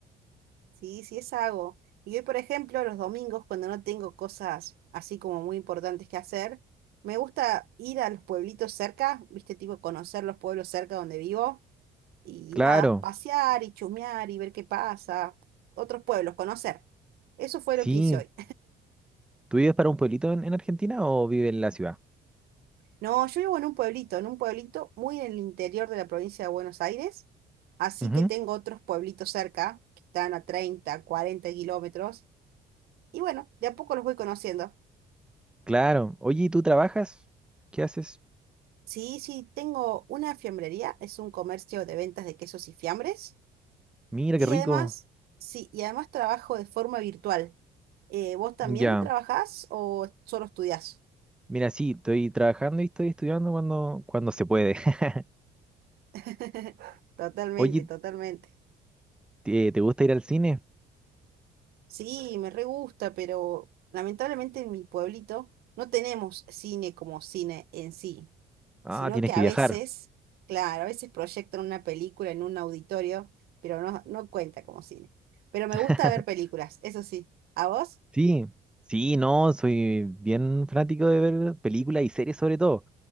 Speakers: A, on the right; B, in the centre.
A: Sí, sí es algo. Y hoy, por ejemplo, los domingos, cuando no tengo cosas así como muy importantes que hacer, me gusta ir a los pueblitos cerca, viste, tipo conocer los pueblos cerca donde vivo y
B: Claro,
A: nada, pasear y chusmear y ver qué pasa, otros pueblos, conocer. Eso fue
B: sí.
A: lo que hice hoy.
B: ¿Tú vives para un pueblito en, en Argentina o vives en la ciudad?
A: No, yo vivo en un pueblito, en un pueblito muy en el interior de la provincia de Buenos Aires, así
B: Ujú,
A: que tengo otros pueblitos cerca, que están a 30, 40 kilómetros, y bueno, de a poco los voy conociendo.
B: claro, oye, ¿y ¿tú trabajas? ¿Qué haces?
A: Sí, sí, tengo una fiambrería, es un comercio de ventas de quesos y fiambres,
B: Mira,
A: y
B: qué rico.
A: además, sí, y además trabajo de forma virtual. Eh, ¿vos también
B: Ya.
A: trabajás o solo estudiás?
B: Mira, sí, estoy trabajando y estoy estudiando cuando, cuando se puede. <laughs>
A: <laughs> Totalmente,
B: Oye,
A: totalmente.
B: ¿te, te gusta ir al cine?
A: Sí, me re gusta, pero lamentablemente en mi pueblito no tenemos cine como cine en sí,
B: Ah,
A: sino
B: tienes
A: que
B: que
A: a
B: viajar.
A: veces, claro, a veces proyectan una película en un auditorio, pero no, no cuenta como cine. Pero me
B: <laughs>
A: gusta ver películas, eso sí. ¿A vos?
B: Sí, sí, no, soy bien fanático de ver películas y series sobre todo.